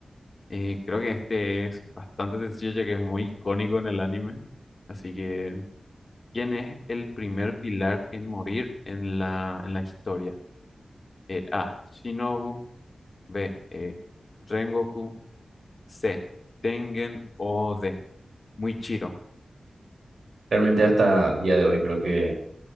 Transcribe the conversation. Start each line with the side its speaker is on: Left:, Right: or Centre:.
Left: Eh, creo que este es bastante sencillo ya que es muy icónico en el anime. Así que, ¿quién es el primer pilar en morir en la, en la historia? Eh, A. Shinobu. B. eh, Rengoku. C. Tengen o D. Muy chiro.
Right: Realmente hasta día de hoy creo que